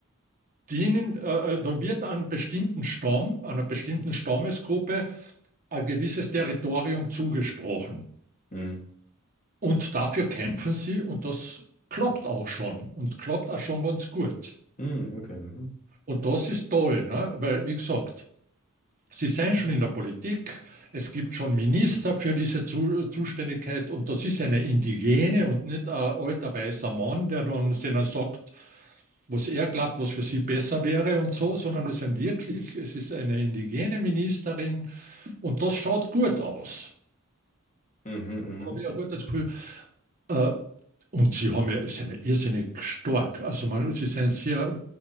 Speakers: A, on the right; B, on the left.
A: dienen, äh, äh, dann wird an bestimmten Stamm, einer bestimmten Stammesgruppe ein gewisses Territorium zugesprochen.
B: hm,
A: Und dafür kämpfen sie und das klappt auch schon und klappt auch schon ganz gut.
B: hm, okay. Mhm,
A: Und das ist toll, ne? weil, wie gesagt, sie sind schon in der Politik, es gibt schon Minister für diese Zu Zuständigkeit und das ist eine Indigene und nicht ein alter weißer Mann, der dann denen sagt, was er glaubt, was für sie besser wäre und so, sondern es sind wirklich, es ist eine indigene Ministerin und das schaut gut aus
B: mhm, mhm,
A: habe ich ein gutes Gefühl, äh, Und sie haben ja, sind ja irrsinnig stark. Also man, sie sind sehr